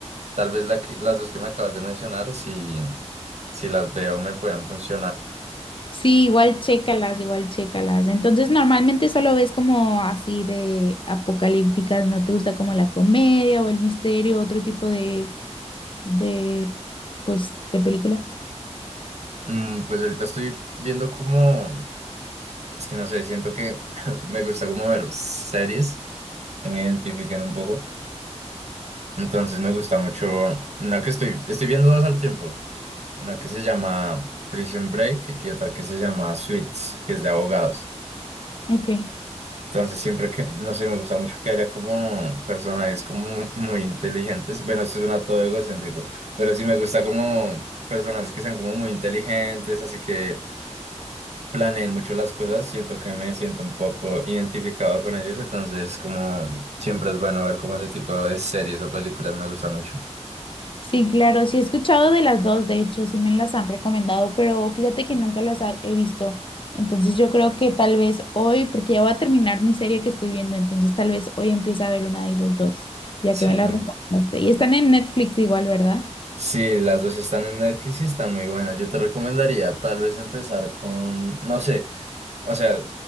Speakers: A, on the right; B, on the left.
A: Tal vez la que- las dos que me acabas de mencionar, si, si las veo, me pueden funcionar.
B: Sí, igual chécalas, igual chécalas. Entonces, normalmente solo ves como así de apocalípticas, ¿no te gusta como la comedia o el misterio, otro tipo de, de, pues, de películas?
A: Mm, pues ahorita estoy viendo como, es que no sé, siento que <laughs> me gusta como ver series que me identifiquen un poco. Entonces me gusta mucho una que estoy, estoy viendo dos al tiempo. Una que se llama Prison Break y otra que se llama Suits, que es de abogados.
B: Ujú, Ok.
A: Entonces siempre que, no sé, me gusta mucho que haya como personajes como muy inteligentes. Bueno, esto suena todo egocéntrico, pero sí me gusta como personajes que sean como muy inteligentes, así que planeen mucho las cosas. Siento que me siento un poco identificado con ellos, entonces como siempre es bueno ver como ese tipo de series o películas me gustan mucho.
B: Sí, claro, sí he escuchado de las dos, de hecho, sí me las han recomendado, pero fíjate que nunca las ha- he visto. Entonces, yo creo que tal vez hoy, porque ya voy a terminar mi serie que estoy viendo, entonces tal vez hoy empiece a ver una de esas dos, ya
A: Sí.
B: que me las recomendaste. Y están en Netflix igual, ¿verdad?
A: Sí, las dos están en Netflix y están muy buenas. Yo te recomendaría tal vez empezar con, no sé, o sea,